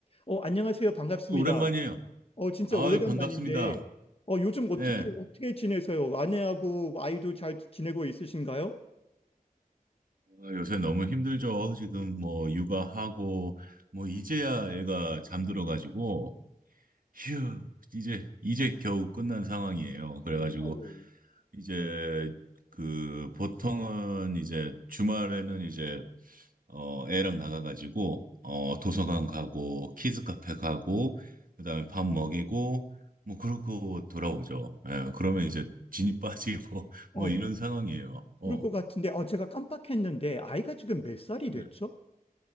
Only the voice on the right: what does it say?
그 오랜만이에요.
아,
반갑습니다.
예.
아, 요새 너무 힘들죠. 지금 뭐 육아하고 뭐 이제야 애가 잠들어 가지고 휴, 이제 이제 겨우 끝난 상황이에요. 그래 가지고
이제 그 보통은 이제 주말에는 이제 어, 애랑 나가가지고, 어, 도서관 가고, 키즈 카페 가고, 그다음에 밥 먹이고, 뭐, 그러고 돌아오죠. 예, 그러면 이제 진이 빠지고, <laughs>
뭐, 이런 상황이에요. 어.
네.